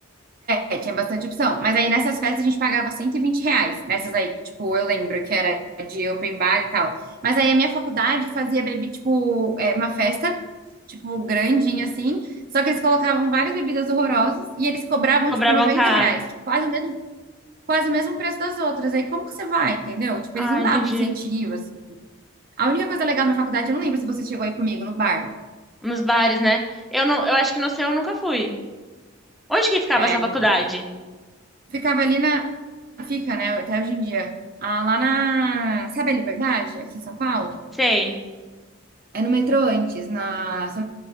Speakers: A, on the right; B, in the centre.
A: É, tinha bastante opção. Mas aí nessas festas a gente pagava 120 reais. Nessas aí, que, tipo, eu lembro que era de open bar e tal. Mas aí a minha faculdade fazia bebi, tipo, é, uma festa. Tipo, grandinha assim, só que eles colocavam várias bebidas horrorosas e eles cobravam,
B: Cobravam
A: tipo, 90
B: caro.
A: reais, tipo, quase o mesmo quase o mesmo preço das outras. Aí como que você vai, entendeu? Tipo,
B: Ah,
A: eles não
B: entendi.
A: davam incentivo, assim. A única coisa legal da minha faculdade, eu não lembro se você chegou aí comigo no bar.
B: Nos bares, né? Eu não, eu acho que no seu eu nunca fui. Onde que ficava
A: É,
B: essa
A: não-
B: faculdade?
A: ficava ali na. Fica, né? Até hoje em dia. Ah, lá na. Sabe a Liberdade, aqui em São Paulo?
B: Sei.
A: É no metrô antes, na São